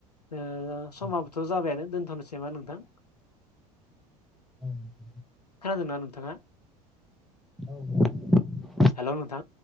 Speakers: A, on the left; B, in the centre.
A: ओ समाबोथ'
B: औ
A: जाबायानो दोनथ'नोसै नामा नोंथां?
B: औ
A: खोनादोंना नोंथाङा?
B: औ
A: हेल' नोंथां।